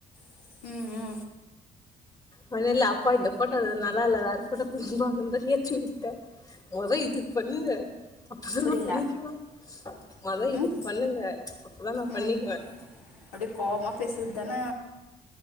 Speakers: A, on the left; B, on the left.
A: உம்
B: மொதல்ல அப்பா இந்த போட்டோல நா நல்லா இல்ல வேற படத்தப நா ஏற்றி விட்டேன் மொதா இது பண்ணு அப்பதான்
A: புரில
B: நான் பண்ணிக்கலாம் மொத இதுக்கு
A: ம்
B: பண்ணுங்க அதான் நான் பண்ணிக்குவேன்
A: ம் அப்டியே கோவமா பேசுது தான